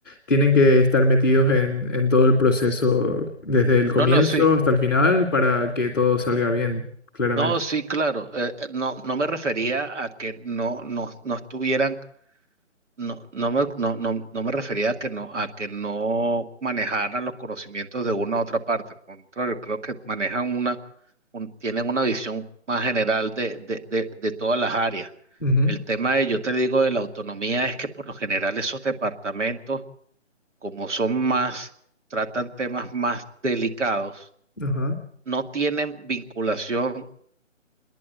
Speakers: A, in the centre; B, on the right.
A: tienen que estar metidos en, en todo el proceso desde el comienzo
B: no, no, sí.
A: hasta el final para que todo salga bien, claramente.
B: No, sí, claro. eh, eh, no, no me refería a que no, no, no estuvieran, no, no me, no, no, no me refería a que no, a que no manejaran los conocimientos de una a otra parte. Al contrario, creo que manejan una un- tienen una visión más general de, de, de, de todas las áreas.
A: Ujú,
B: El tema de, yo te digo, de la autonomía es que por lo general esos departamentos, como son más, tratan temas más delicados,
A: Ajá.
B: no tienen vinculación,